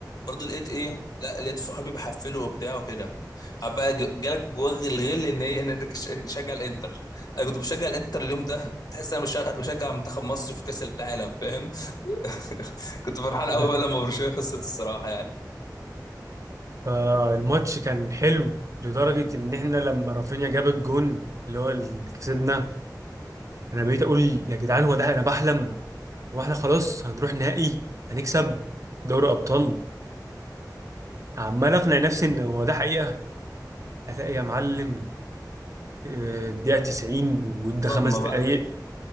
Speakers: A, on the left (about 60°); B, on the right (about 45°).
A: برضو لقيت ايه لا لقيت صحابي بحفلوا وبتاع وكده بقى ج- جالك جواك الغل ان ايه ان انت كش- تشجع الانتر انا كنت بشجع الانتر اليوم ده بتحس انا بش- بشجع منتخب مصر في كاس العالم فاهم <laughs> كنت فرحان قوي
B: <laughs>
A: بقى لما برشلونه خسرت الصراحه يعني
B: فالماتش كان حلو لدرجة إن إحنا لما رافينيا جاب الجون اللي هو اللي كسبنا أنا بقيت أقول يا جدعان هو ده أنا بحلم واحنا خلاص هنروح نهائي هنكسب دوري ابطال عمال اقنع نفسي ان هو ده حقيقه الاقي يا معلم آه، الدقيقه 90 وادى
A: صدمه
B: خمس دقائق
A: بقى